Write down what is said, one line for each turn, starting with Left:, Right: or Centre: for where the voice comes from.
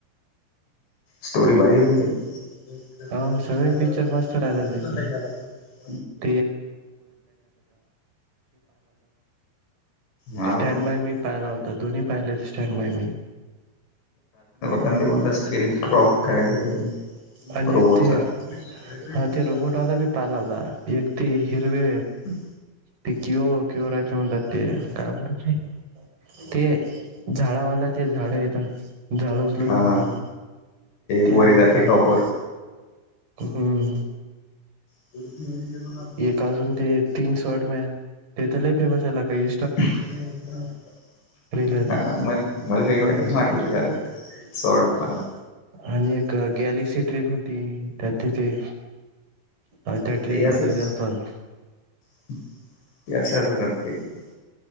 Left: स्टोरी भारी पण ते <unintelligible>
Right: हो सगळे पिक्चर मस्त राहतात त्याची <unintelligible>
Left: हाव.
Right: स्टँड बाय मी पायला होता दोन्ही पाहिले होते स्टँड बाय मी.
Left: होत असतील क्रॉप काय. <unintelligible>
Right: आणि एक ते हा ते रोबोटवाला बी पाहिला होता एक ते हिरवे
Left: <unintelligible>
Right: ते क्यओ क्यओ राहायचे म्हणतात ते. ते झाडावाला ते झाड येता. झाड उचलून
Left: हा
Right: घेऊन जातात ते
Left: वरी
Right: वाला
Left: जाते
Right: पायला
Left: टॉपवर.
Right: होता. हम्म.
Left: <unintelligible>
Right: काजून ते तीन स्र्ड मॅन ते तर ल फेमस आहेला का इ
Left: हा
Right: रील येतात
Left: मल मलगा एवढं आहे ना वाटल. सो रुपयाला.
Right: आणि एक गॅलेक्सी ट्रेन होती त्या तिथे त्या ट्रेन
Left: ते
Right: मध्ये
Left: असंच.
Right: जातात
Left: <unintelligible>